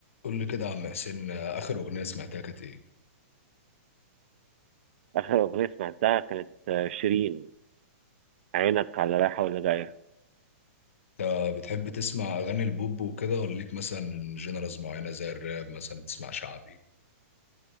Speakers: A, on the left; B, on the right.
A: قول لي كده يا عم حسين آه، آخر أغنية سمعتها كانت إيه؟
B: آخر أغنية سمعتها كانت آه، شيرين عينك على رايحة ولا جاية
A: أنت بتحب تسمع أغاني البوب وكده ولا ليك مثلا جنرالز معينة زي الراب مثلا تسمع شعبي؟